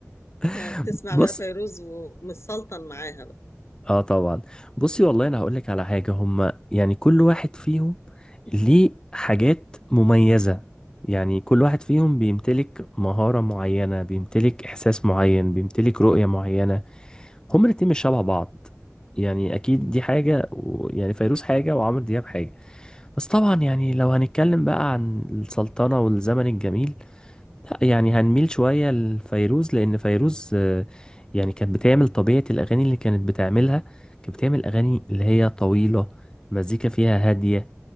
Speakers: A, on the left (about 60°); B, on the left (about 15°).
A: آه،
B: <laughs>
A: بتسمع
B: بص
A: بقى فيروز ومتسلطن معاها
B: اه طبعا بصي والله انا هقول لك على حاجه هما يعني كل واحد فيهم ليه حاجات مميزه يعني كل واحد فيهم بيمتلك مهاره معينه بيمتلك احساس معين بيمتلك رؤيه معينه هما الاتنين مش شبه بعض يعني اكيد دي حاجه
A: بقى
B: و... يعني فيروز حاجه وعمرو دياب حاجه بس طبعا يعني لو هنتكلم بقى عن السلطنه والزمن الجميل لا يعني هنميل شوية لفيروز لأن فيروز آه، يعني كانت بتعمل طبيعة الأغاني اللي كانت بتعملها كانت بتعمل أغاني اللي هي طويلة مزيكا فيها هادية